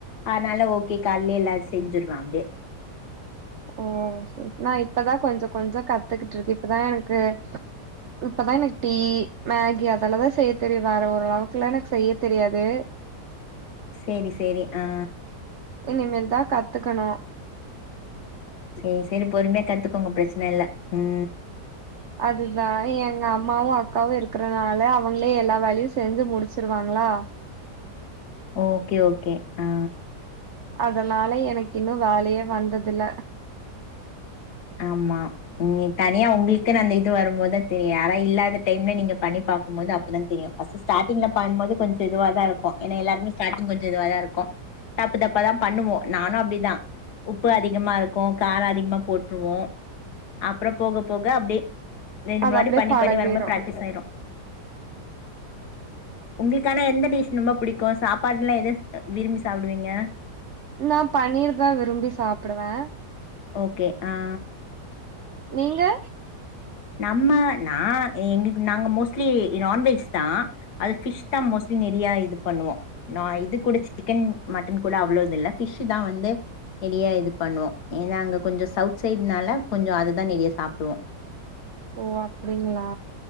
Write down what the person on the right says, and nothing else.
ஓ நா இப்பதா கொஞ்சோ கொஞ்சோ கத்துக்குட்டு இருக்கே இப்பதா எனக்கு இப்பதா எனக்கு டீ மேகி அதெல்லதா செய்ய தெரியு வேற ஓரளவுக்குலா எனக்கு செய்ய தெரியாது
இனிமேல் தா கத்துக்கணு
அதுதா எங்க அம்மாவு அக்காவு இருக்குறனால அவுங்களே எல்லா வேலையு செஞ்சு முடிச்சிருவாங்களா
அதுனால எனக்கு இன்னு வேலையே வந்ததுல
அது
அப்டியே
பழகிடு
நா பன்னீர் தா விரும்பி சாப்பிடுவே
நீங்க
ஓ அப்டிங்களா